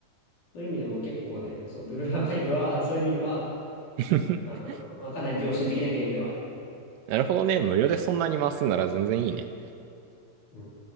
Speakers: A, on the left (about 60°); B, on the right (about 80°).
A: そういう意味でも結構ね、そう、ブルーアーカイブは、そういう意味では、
B: <laughs>
A: あのまあ、かなり良心的なゲームではある。
B: なるほどね。無料でそんなに回すんなら全然いいね。
A: うん